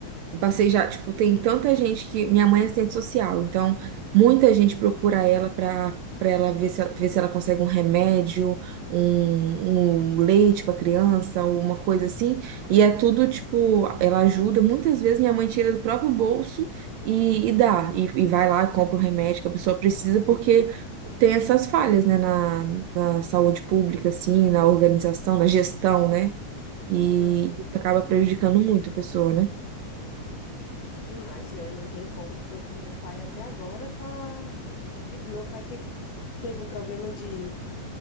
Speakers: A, on the right; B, on the left.
A: Eu passei já, tipo, tem tanta gente que. Minha mãe é assistente social, então muita gente procura ela pra, pra ela ver se, ver se ela consegue um remédio, um, um leite pra criança, uma coisa assim. E é tudo, tipo, ela ajuda. Muitas vezes minha mãe tira do próprio bolso e, e dá. E, e vai lá, e compra o remédio que a pessoa precisa,
B: Uhum.
A: porque tem essas falhas, né, na, na saúde pública, assim,
B: Sim.
A: na organização, na gestão, né? E
B: Aham.
A: isso acaba prejudicando muito a pessoa, né?
B: Demais, né? Não tem como. Por- O meu pai até agora tá. eh, Meu pai tem... teve um problema de.